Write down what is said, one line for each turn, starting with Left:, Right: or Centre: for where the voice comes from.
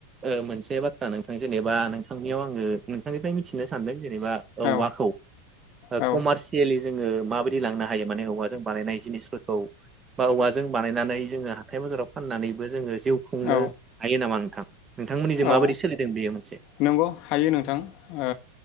Right: ओ मोनसे बाथ्रा नोंथां जेनेबा नोंथांनियाव आङो नोंथांनिफ्राय मिथिनो सानदों जेनेबा औवाखौ
Left: औ औ
Right: कमारसियेलि जोङो माबायदि लांनो हायो माने औवाजों बानायनाय जिनिसफोरखौ बा औवाजों बानायनानै जोङो हाथाय बाजाराव फाननानैबो जोङो जिउ खुंनो
Left: औ
Right: हायो नामा नोंथां? नोंथांमोननिजों
Left: औ
Right: माबायदि सोलिदों बेयो मोनसे
Left: नंगौ हायो नोंथां ओ